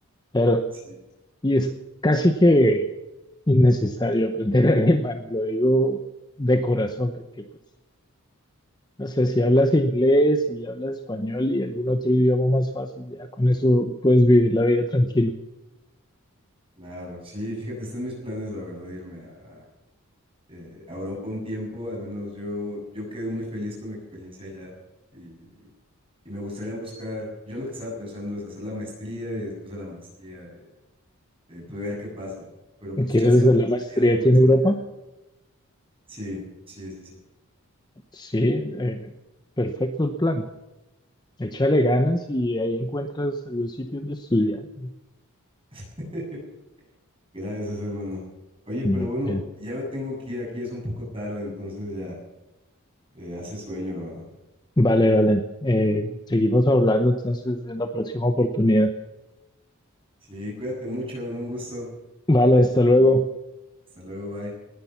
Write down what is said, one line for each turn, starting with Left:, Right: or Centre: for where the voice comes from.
Left: Pero,
Right: Sí,
Left: y es casi que innecesario aprender <laughs> alemán, lo digo de corazón, porque pues, no sé, si hablas inglés y hablas español y algún otro idioma más fácil, ya con eso puedes vivir la vida tranquilo.
Right: claro, sí, fíjate, están mis planes, la verdad, irme a, eh, a Europa un tiempo, al menos yo, yo quedé muy feliz con mi experiencia allá y, y me gustaría buscar, yo lo que estaba pensando es hacer la maestría y después de la maestría eh, eh, pues ver qué pasa, pero pues
Left: ¿Quieres
Right: chance de
Left: de
Right: voluntariado
Left: la maestría
Right: igual
Left: aquí en
Right: sería,
Left: Europa?
Right: sí, sí, sí, sí.
Left: Sí, eh, perfecto el plan. Échale ganas y ahí encuentras algún sitio donde estudiar.
Right: <laughs> Gracias, hermano. Oye, pero
Left: Mm,
Right: bueno,
Left: eh,
Right: ya me tengo que ir, aquí ya es un poco tarde, entonces ya eh, hace sueño, hermano.
Left: Vale, vale. Eh, seguimos hablando entonces en la próxima oportunidad.
Right: Sí, cuídate mucho, hermano, un gusto.
Left: Vale, hasta luego.
Right: Hasta luego, bye.